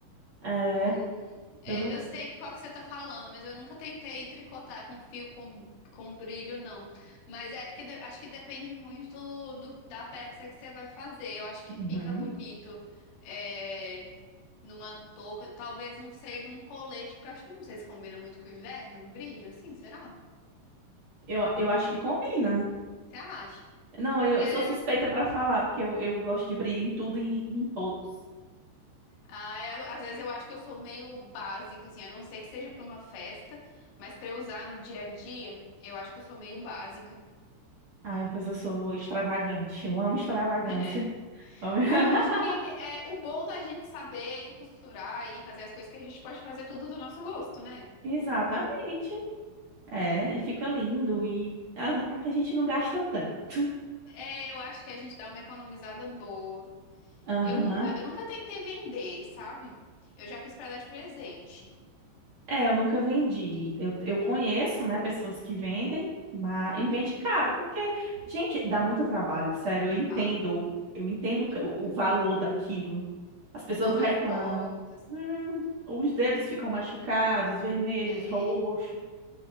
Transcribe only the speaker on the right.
é,
eu não.
Uhum.
Eu, eu acho que combina.
Não, eu,
eu sou suspeita pra falar, porque eu, eu gosto de brilho em tudo e em todos.
Ah, pois eu sou extravagante. Eu amo extravagância.
<laughs>
Exatamente. É, e fica lindo e a, a gente não gasta tanto.
Aham.
É, eu nunca vendi. Eu, eu conheço, né, pessoas que vendem, mas e vende
caro, porque, gente, dá muito trabalho, sério, eu entendo,
eu entendo
o o valor daquilo. As pessoas
reclamam.
Hum, os dedos ficam machucados, vermelhos,
roxo.